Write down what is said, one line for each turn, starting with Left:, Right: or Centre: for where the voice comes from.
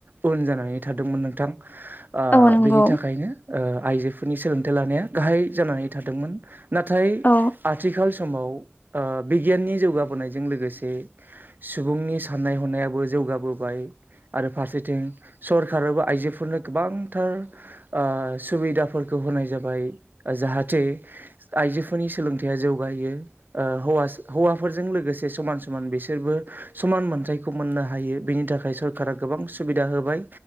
Right: उन जानानै थादोंमोन नोंथां ‌ ओ
Left: औ नंगौ
Right: बेनि थाखायनो ओ आइजोफोरनि सोलोंथाइ लानाया गाहाय जानानै थादोंमोन नाथाय
Left: औ
Right: आथिखाल समाव ओ बिगियाननि जौगाबोनायजों लोगोसे सुबुंनि साननाय हनायाबो जौ गाबोबाय। आरो फारसेथिं सरखाराबो आइजोफोरनो गोबांथार ओ सुबिदाफोर खौ होनाय जाबाय ओ जाहाथे आइजोफोरनि सोलोंथाइया जौगायो ओ हौवा सा हौवाफोरजों लोगोसे समान समान बिसोरबो समान मोनथायखौ मोननो हायो बेनि थाखाय सर कारा गोबां सुबिदा होबाय